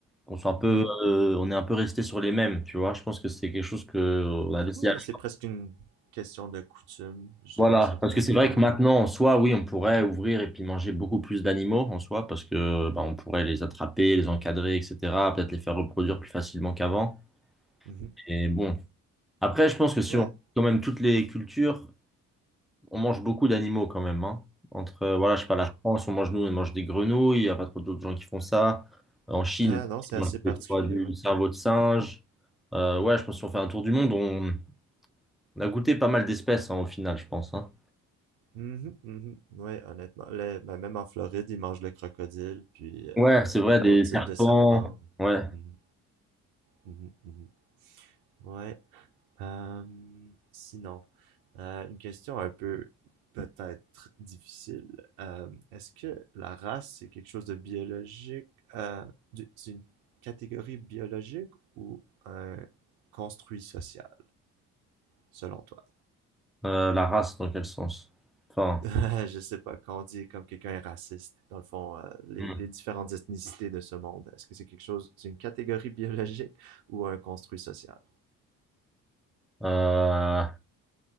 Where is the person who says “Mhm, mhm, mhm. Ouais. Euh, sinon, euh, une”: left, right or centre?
Right